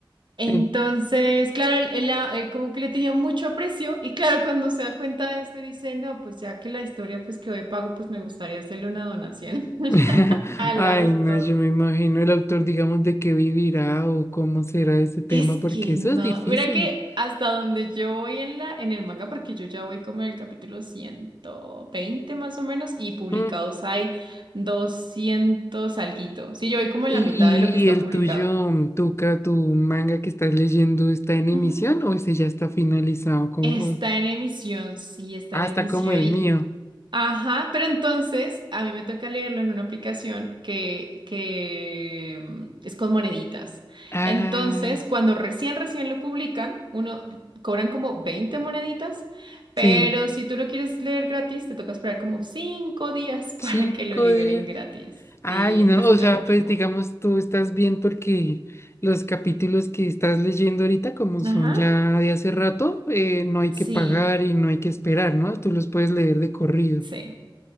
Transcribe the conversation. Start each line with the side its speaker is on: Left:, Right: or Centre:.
Right: Entonces,
Left: eh,
Right: claro, él, él a- él como que le tenía mucho aprecio y claro, cuando se da cuenta de este, dice, no, pues ya que la historia pues que hoy pago, pues me gustaría hacerle una donación <laughs>
Left: <laughs>
Right: al
Left: Ay,
Right: autor.
Left: no, yo me imagino el autor, digamos, de qué vivirá o cómo será ese tema,
Right: Es
Left: porque
Right: que
Left: eso
Right: no,
Left: es difícil.
Right: mira que hasta donde yo voy en la, en el manga, porque yo ya voy como en el capítulo 120 más o menos, y publicados
Left: Mm.
Right: hay 200 alguito. Sí, yo voy como en
Left: ¿Y,
Right: la mitad de lo que está
Left: y- y el
Right: publicado.
Left: tuyo, mm, Tuca, tu manga que estás leyendo, está en emisión
Right: Ujú.
Left: o ese ya está finalizado? Como,
Right: Está
Left: o-
Right: en emisión, sí, está
Left: ah,
Right: en
Left: está
Right: emisión.
Left: como el
Right: Y
Left: mío.
Right: Ajá, pero entonces a mí me toca leerlo en una aplicación que, que mm, es con moneditas.
Left: Ah,
Right: Entonces, cuando recién, recién lo publican, uno cobran como 20 moneditas, pero
Left: sí,
Right: si tú lo quieres leer gratis, te toca esperar como 5 días
Left: cinco
Right: <laughs> para que lo liberen
Left: días.
Right: gratis.
Left: Ay,
Right: Sí, entonces,
Left: no, o
Right: claro,
Left: sea,
Right: no
Left: pues
Right: hay como...
Left: digamos, tú estás bien porque los capítulos que estás leyendo ahorita, como son
Right: Ajá,
Left: ya de hace rato, eh, no hay
Right: sí,
Left: que pagar y no hay que esperar, ¿no? Tú los puedes leer de corrido.
Right: sí.